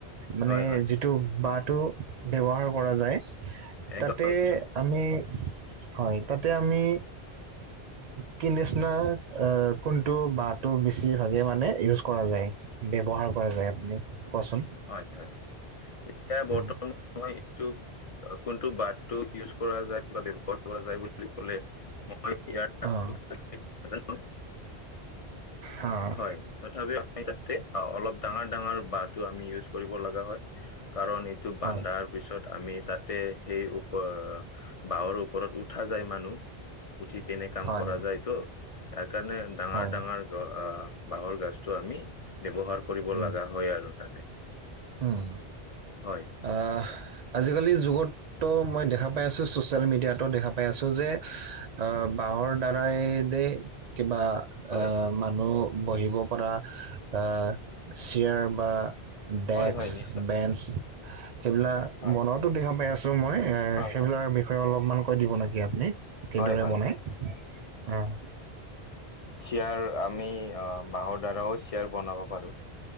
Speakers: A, on the right; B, on the left.
A: মানে
B: হয়, হয়,
A: যি যিটো বাঁহটো ব্যৱহাৰ কৰা যায়
B: একদম
A: তাতে
B: নিশ্চয়।
A: আমি হয় তাতে আমি কি নিচিনা আহ কোনটো বাট টো বেছিভাগে মানে ইউজ কৰা যায় ব্যৱহাৰ কৰা যায় আপুনি কোৱাচোন।
B: হয়-হয় এতিয়া বৰ্তমান
A: উম,
B: মই এইটো কোনটো বাথটো কৰা যায় বা ব্যৱহাৰ কৰা যায় বুলি ক'লে, মই ইয়াৰ নামটো
A: অ'।
B: ভালকে নাজানো।
A: অ'।
B: হয় তথাপিও আমি তাতে অ' অলপ ডাঙৰ ডাঙৰ বাহটো আমি ইউজ কৰিব লগা হয়। কাৰণ এটো
A: হয়
B: বানদাৰ পিছত আমি তাতে সেই উপ, বাঁহৰ ওপৰত উঠা যায় মানুহ। উঠি কেনে কাম
A: হয়
B: কৰা যায়তো, তাৰকাৰণে ডাঙৰ
A: হয়
B: ডাঙৰ আহ বাঁহৰ গাছটো আমি ব্যৱহাৰ কৰিব
A: উম,
B: লগা হয় আৰু তাতে।
A: উম,
B: হয়।
A: আহ আজিকালিৰ যুগত তো মই দেখা পাই আছো ছ'চিয়েল মিডিয়াতো দেখা পাই আছো যে, আহ বাঁহৰ দাৰা এই দে, কিবা
B: হয়।
A: আহ মানুহ বহিব পৰা আহ চেয়াৰ বা ডেস্ক,
B: হয়, হয়, নিশ্চয়।
A: বেঞ্চ, সেইবিলাক
B: হয়।
A: বনোৱাটো দেখা পাই আছো মই সেইবিলাকৰ
B: হয়, হয়।
A: বিষয়ে অলপমান কৈ দিব নেকি আপুনি কিদৰে
B: হয়, হয়।
A: বনাই অ'।
B: চিয়াৰ আমি অ' বাঁহৰ দ্বাৰাও চিয়াৰ বনাব পাৰো।